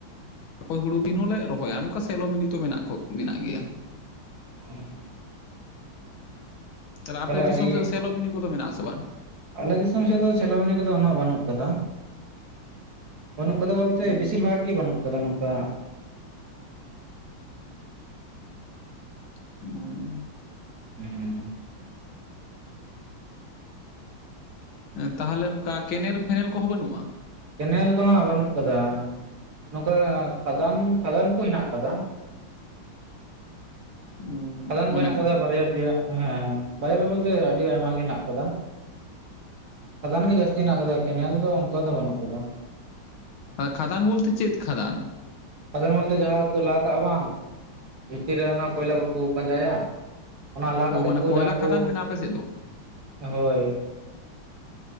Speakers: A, on the left; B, on the right.
A: ᱚᱠᱚᱭ ᱦᱳᱲᱩ ᱠᱤᱱ ᱦᱚᱸᱞᱮ ᱨᱚᱦᱚᱭᱟ᱾ ᱱᱚᱝᱠᱟ ᱥᱮᱞᱳ ᱢᱤᱱᱤ ᱛᱚ ᱢᱮᱱᱟᱜ ᱠᱚ ᱢᱮᱱᱟᱜ ᱜᱮᱭᱟ᱾
B: ᱦᱮᱸ᱾
A: ᱛᱟᱦᱚᱞᱮ ᱟᱯᱮ
B: ᱛᱟᱦᱞᱮ
A: ᱫᱤᱥᱚᱢ
B: ᱟᱹᱰᱤ
A: ᱥᱮᱫ ᱥᱮᱞᱳ ᱵᱤᱞᱤ ᱠᱚᱫᱚ ᱢᱮᱱᱟᱜ ᱟᱥᱮ ᱵᱟᱝ?
B: ᱟᱞᱮ ᱫᱤᱥᱚᱢ ᱥᱮᱫ ᱫᱚ ᱥᱮᱞᱳ ᱢᱤᱱᱤ ᱠᱚᱫᱚ ᱩᱱᱟᱹᱜ ᱵᱟᱹᱱᱩᱜ ᱟᱠᱟᱫᱟ᱾ ᱵᱟᱹᱱᱩᱜ ᱟᱠᱟᱫᱟ ᱵᱚᱞᱛᱮ
A: ᱚ
B: ᱵᱮᱥᱤᱨ ᱵᱷᱟᱜᱽ ᱜᱮ ᱵᱟᱹᱱᱩᱜ ᱟᱠᱟᱫᱟ ᱱᱚᱝᱠᱟ᱾
A: ᱚ᱾
B: <inaudible>
A: ᱮᱸ ᱛᱟᱦᱚᱞᱮ ᱱᱚᱝᱠᱟ ᱠᱮᱱᱮᱞ ᱯᱷᱮᱱᱮᱞ ᱠᱚᱦᱚᱸ ᱵᱟᱹᱱᱩᱜᱼᱟ?
B: ᱠᱮᱱᱮᱞ ᱫᱚ ᱦᱟᱸᱜ ᱵᱟᱹᱱᱩᱜ ᱠᱟᱫᱟ᱾ ᱱᱚᱝᱠᱟ ᱠᱷᱟᱫᱟᱱ ᱠᱷᱟᱫᱟᱱ ᱠᱚ ᱦᱮᱱᱟᱜ ᱟᱠᱟᱫᱟ᱾
A: ᱚ
B: ᱠᱷᱟᱫᱟᱱ
A: ᱢᱟᱱᱮ
B: ᱠᱚ ᱦᱮᱱᱟᱜ ᱟᱠᱟᱫᱟ ᱵᱟᱨᱭᱟ ᱯᱮᱭᱟ᱾ ᱦᱮᱸ ᱵᱟᱨᱭᱟ ᱯᱮᱭᱟ ᱵᱚᱞᱛᱮ ᱟᱹᱰᱤ ᱟᱭᱢᱟ ᱜᱮ ᱦᱮᱱᱟᱜ ᱟᱠᱟᱫᱟ᱾ ᱠᱷᱟᱫᱟᱱ ᱜᱮ ᱡᱟᱹᱥᱛᱤ ᱦᱮᱱᱟᱜ ᱟᱠᱟᱫᱟ, ᱠᱮᱱᱮᱞ ᱫᱚ ᱚᱱᱠᱟ ᱫᱚ ᱵᱟᱹᱱᱩᱜ ᱟᱠᱟᱫᱟ᱾
A: ᱟᱨ ᱠᱷᱟᱫᱟᱱ ᱵᱚᱞᱛᱮ ᱪᱮᱫ ᱠᱷᱟᱫᱟᱱ?
B: ᱠᱷᱟᱫᱟᱱ ᱵᱚᱞᱛᱮ ᱡᱟᱦᱟᱸ ᱠᱚ ᱠᱚ ᱞᱟ ᱠᱟᱜᱼᱟ ᱵᱟᱝ᱾ ᱵᱷᱤᱛᱤᱨ ᱨᱮ ᱚᱱᱟ ᱠᱚᱭᱞᱟ ᱠᱚᱠᱚ ᱯᱟᱸᱡᱟᱭᱟ, ᱚᱱᱟ ᱞᱟ
A: ᱚ
B: ᱠᱟᱛᱮ
A: ᱢᱟᱱᱮ
B: ᱠᱚ
A: ᱠᱚᱭᱞᱟ
B: ᱡᱟᱦᱟᱸ
A: ᱠᱷᱟᱫᱟᱱ
B: ᱠᱚ
A: ᱢᱮᱱᱟᱜᱼᱟ ᱟᱯᱮ ᱥᱮᱫ ᱫᱚ
B: ᱦᱳᱭ᱾